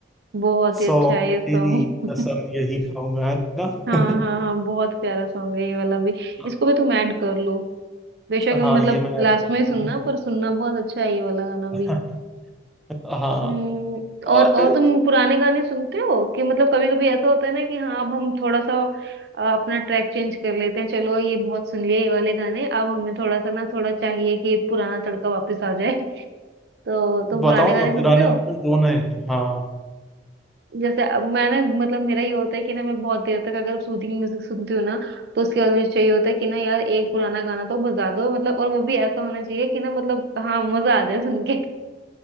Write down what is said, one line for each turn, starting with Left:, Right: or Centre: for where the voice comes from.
Right: बहुत
Centre: सौ
Right: ही अच्छा है ये सॉन्ग
Centre: तेरी कसम यही खाऊंगा है ना
Right: हाँ हाँ हाँ बहुत प्यारा सॉन्ग है ये वाला भी
Centre: <laughs>
Right: इसको भी तुम ऐड कर लो बेशक
Centre: हाँ
Right: मतलब
Centre: ये मैं
Right: लास्ट
Centre: ऐड करता
Right: में ही सुनना
Centre: हूँ।
Right: पर सुनना बहुत अच्छा है ये वाला गाना भी
Centre: <laughs> हाँ
Right: हम्म
Centre: और
Right: और और तुम पुराने गाने सुनते हो कि मतलब कभी कभी ऐसा होता है ना कि हाँ अब हम थोड़ा सा अ, अपना ट्रैक चेंज कर लेते हैं चलो ये बहुत सुन लिए ये वाले गाने अब हमें थोड़ा सा ना थोड़ा चाहिए कि पुराना तड़का वापस आ जाए <laughs> तो तुम
Centre: बताओ
Right: पुराने गाने
Centre: ना
Right: सुनते
Centre: पुराने
Right: हो
Centre: ऑप्शन दो ना हाँ
Right: जैसे अब मैं ना मतलब मेरा ये होता है कि ना मैं बहुत देर तक अगर सूदिंग म्यूजिक सुनती हूँ ना तो उसके बाद मुझे चाहिए होता है कि ना यार एक पुराना गाना तो बजा दो मतलब और वो भी ऐसा होना चाहिए कि ना मतलब हाँ मजा आ जाए सुन के <laughs>